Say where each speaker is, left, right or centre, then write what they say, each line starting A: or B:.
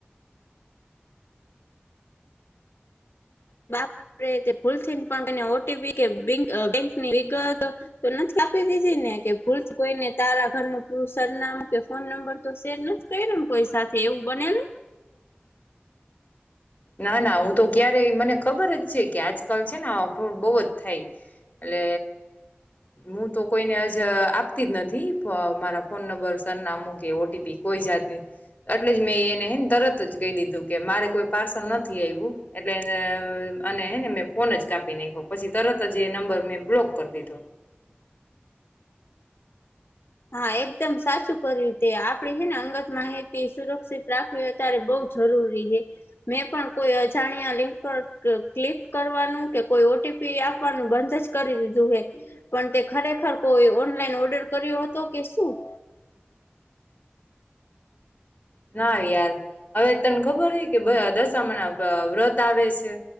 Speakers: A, on the left; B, on the left.
A: આપરે તે ભૂલ થી પણ ઓટીપી કે બેંક બેંકની વિગત નથી આપી દીઘી ને ને કે ભૂલ કોઈને તારા ઘર નુ પુરુ સરનામુ કે ફોન નંબર તો શેર નથી કર્યો કોઈ સાથે એવું બનેલું
B: ના ના હું તો ક્યારેય મને ખબર જ છે કે આજકાલ છે ને આવા ફ્રોઉંડ બોહ જ થાય એટલે હું તો કોઈને આપતી જ નથી પ મારા ફોન નંબર સરનામું કે ઓટીપી કોઈ જાત એટલે જ મેં એને ને તરત જ દીધું કે મારે કોઈ સમ નથી આયવું એટલે ને અને મે હે ફોન જ કાપી નાખ્યો પછી તરત જ એ નંબર ને બ્લોક કરી દીધો
A: હા એકદમ સાચું કર્યું તે આપડી હેને અંગત માહિતી સુરક્ષિત રાખવી અત્યારે બો જરૂરી હે મેં પણ કોઈ અજાણ્યા લિંક પર ક્લિક કરવાનું કે કોઈ ઓ તી પી આપવાનું બંધ જ કરી દીધું હે પણ તે ખરેખર કોઈ ઓનલાઈન ઓર્ડર કર્યો હોય તો કેશું
B: ના યાર હવે તને ખબર હે કે દશામા ના વ્રત આવે છે